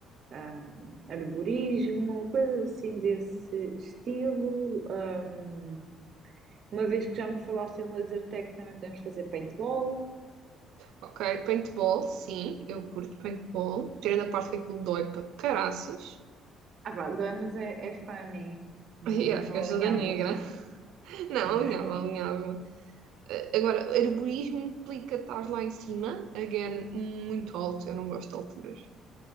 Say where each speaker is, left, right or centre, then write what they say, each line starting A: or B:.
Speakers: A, on the right (about 45°); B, on the right (about 80°).
A: ahm, arborismo, coisas assim desse estilo. Ahm, uma vez que já me falaste em laser tag, também podemos fazer paintball.
B: ok, paintball, sim, eu curto paintball. Tirando a parte que aquilo dói para caraças.
A: Ah, vá, dói, mas é, é funny. Não,
B: <laughs> Yeah, ficaste
A: não alinhava-se.
B: toda negra. <laughs> Não,
A: <laughs>
B: alinhava, alinhava. Eh, Agora, arborismo implica estar lá em cima, again, muito alto, eu não gosto de alturas.